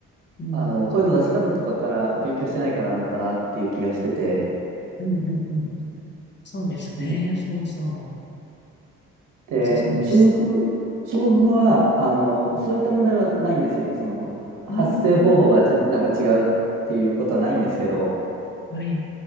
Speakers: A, on the left; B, on the right.
A: うん。
B: あの、声の出し方とかから勉強してないからなのかなっていう気がしてて。
A: うん。うん。うん。そうですね。
B: で、
A: そうそう。
B: で中国、
A: めっちゃそうです。
B: 中国語は、あの、そういった問題はないんですよ。その、は発声方法がぜなんか違うっていうことはないんですけど、
A: うーん。はい。